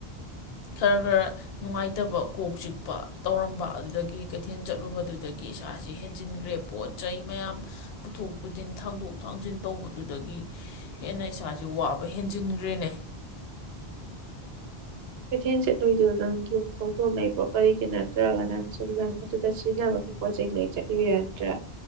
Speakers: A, on the left; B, on the right.
A: ꯈꯔ ꯈꯔ ꯅꯨꯡꯉꯥꯏꯇꯕ ꯀꯣꯛ ꯆꯤꯛꯄ ꯇꯧꯔꯝꯕ ꯑꯗꯨꯗꯒꯤ ꯀꯩꯊꯦꯜ ꯆꯠꯂꯨꯕꯗꯨꯗꯒꯤ ꯏꯁꯥꯁꯦ ꯍꯦꯟꯖꯤꯟꯈ꯭ꯔꯦ ꯄꯣꯠ ꯆꯩ ꯃꯌꯥꯝ ꯄꯨꯊꯣꯛ ꯄꯨꯁꯤꯟ ꯊꯥꯡꯗꯣꯛ ꯊꯥꯡꯖꯤꯟ ꯇꯧꯕꯗꯨꯗꯒꯤ ꯍꯦꯟꯅ ꯏꯁꯥꯁꯦ ꯋꯥꯕ ꯍꯦꯟꯖꯤꯟꯈ꯭ꯔꯦꯅꯦ
B: ꯀꯩꯊꯦꯜ ꯆꯠꯂꯨꯏꯗ ꯅꯪ ꯌꯨꯝꯊꯣꯛꯇ ꯂꯩꯕ꯭ꯔꯣ ꯀꯔꯤꯒꯤ ꯅꯠꯇ꯭ꯔꯒꯅ ꯁꯨꯝꯗꯪ ꯑꯗꯨꯗ ꯁꯤꯖꯤꯟꯅꯕꯒꯤ ꯄꯣꯠꯆꯩ ꯂꯩ ꯆꯠꯂꯨ ꯌꯥꯗ꯭ꯔꯥ